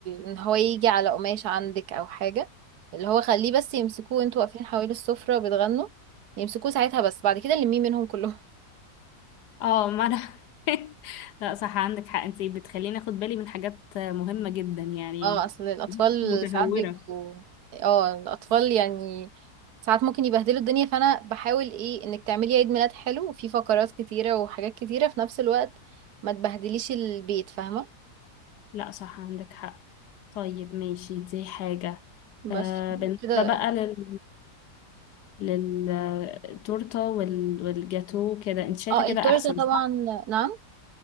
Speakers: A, on the right (about 75°); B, on the left (about 85°).
A: إن هو يجي على قماشة عندك أو حاجة اللي هو خليه بس يمسكوه وانتوا واقفين حوالي السفرة وبتغنوا يمسكوه ساعتها بس بعد كده لميه منهم كلهم
B: اه ما انا <laughs> لا صح عندك حق انتي بتخليني اخد بالي من حاجات مهمة جدا يعني
A: <laughs> اه أصل الأطفال
B: متهورة
A: ساعات بيبقوا اه الأطفال يعني ساعات ممكن يبهدلوا الدنيا فأنا بحاول ايه إنك تعملي عيد ميلاد حلو وفيه فقرات كتيرة وحاجات كتيرة في نفس الوقت ما تبهدليش البيت فاهمة
B: لا صح عندك حق طيب ماشي دي حاجة
A: بس
B: آه بالنسبة
A: كده
B: بقى لل للتورتة وال... والجاتو كده انت شايفة
A: اه
B: كده
A: التورتة
B: احسن
A: طبعا
B: صح؟
A: نعم